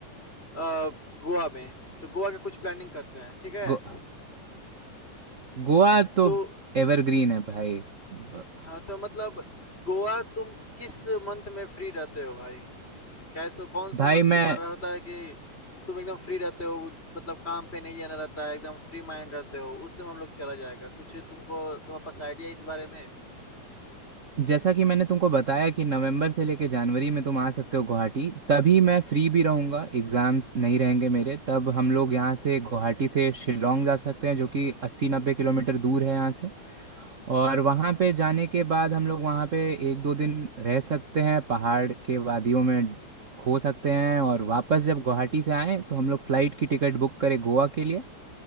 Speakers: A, on the left; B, on the right.
A: अ, गोवा में, तो गोवा का कुछ प्लानिंग करते हैं, ठीक है?
B: गो, गोवा तो
A: तो
B: एवरग्रीन है भाई ब-
A: हाँ, तो मतलब गोवा तुम किस मंथ में फ्री रहते हो भाई? कैसे कौन-सा
B: भाई
A: मंथ तुम्हारा
B: मैं
A: होता है कि तुम एकदम फ्री रहते हो, मतलब काम पे नहीं जाना रहता है, एकदम फ्री माइंड रहते हो, उस समय हम लोग चला जाएगा, कुछ तुमको तुम्हारे पास आइडिया है इस बारे में?
B: जैसा कि मैंने तुमको बताया कि नवंबर से लेके जनवरी में तुम आ सकते हो गुवाहाटी तभी मैं फ्री भी रहूँगा एग्ज़ाम्स नहीं रहेंगे मेरे तब हम लोग यहाँ से गुवाहाटी से शिलोंग जा सकते हैं जो कि अस्सी नब्बे किलोमीटर दूर है यहाँ से और वहाँ पे जाने के बाद हम लोग वहाँ पे एक दो दिन रह सकते हैं पहाड़ के वादियों में खो सकते हैं और वापस जब गुवाहाटी से आएँ तो हम लोग फ़्लाइट की टिकट बुक करें गोवा के लिए